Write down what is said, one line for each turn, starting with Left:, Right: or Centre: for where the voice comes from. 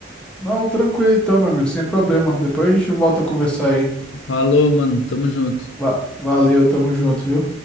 Centre: Não, tranquilo então, meu amigo, sem problema. Depois a gente volta a conversar aí.
Left: Falou, mano. Tamo junto.
Centre: Va- Valeu, tamo junto, viu?